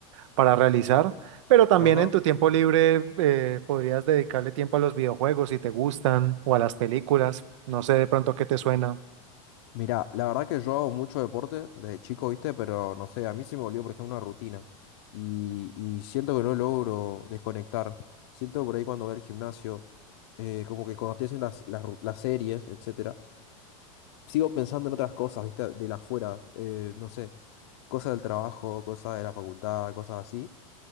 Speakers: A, on the right (about 60°); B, on the left (about 50°).
A: para realizar, pero también
B: Ajá.
A: en tu tiempo libre eh, podrías dedicarle tiempo a los videojuegos si te gustan o a las películas, no sé de pronto qué te suena.
B: Mirá, la verdad que yo hago mucho deporte desde chico, ¿viste? Pero no sé, a mí se me volvió, por ejemplo, una rutina. Y, y siento que no logro desconectar. Siento por ahí cuando voy al gimnasio, eh, como que cuando estoy haciendo las, las, ru- las series, etcétera, sigo pensando en otras cosas, ¿viste? De la afuera, eh, no sé. cosas del trabajo, cosas de la facultad, cosas así.